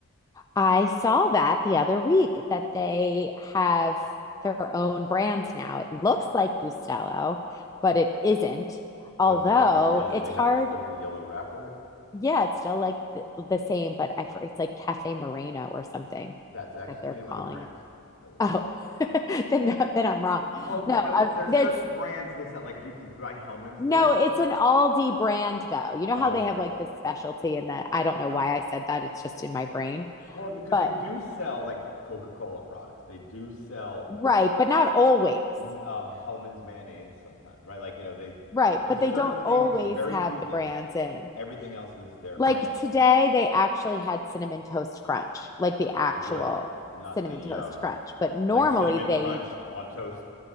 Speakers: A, on the left (about 15°); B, on the left (about 65°).
A: I saw that the other week that they have their own brand now. It looks like Bustelo, but it isn't. Although
B: What is it like the yellow?
A: it's
B: They
A: hard.
B: have still have the yellow wrapper.
A: Yeah, it's still like the, the same, but I for it's like Cafe Moreno or something
B: That's actually
A: that they're
B: another
A: calling
B: brand,
A: it.
B: by the way.
A: Oh, <laughs> then then I'm wrong.
B: Well,
A: No,
B: you know,
A: i
B: there's
A: that's
B: certain brands they sell. Like you can buy Hellman's
A: no,
B: there still.
A: it's an Aldi brand though. You know
B: Oh,
A: how they
B: okay,
A: have like this specialty and that I don't know
B: got
A: why
B: it.
A: I said that. It's just in my brain.
B: Well, because
A: But
B: they do sell like Coca-Cola products. They do sell
A: right, but not always.
B: mm, um, Hellman's mayonnaise sometimes, right? Like you know, they
A: Right,
B: there's
A: but
B: certain
A: they don't
B: things,
A: always
B: very
A: have
B: few things.
A: the brands in.
B: Everything else is their
A: Like
B: brand,
A: today, they actually had cinnamon toast crunch, like the actual
B: the real one, not
A: cinnamon
B: the
A: toast
B: um,
A: crunch. But normally,
B: like cinnamon
A: they
B: crunch on toast.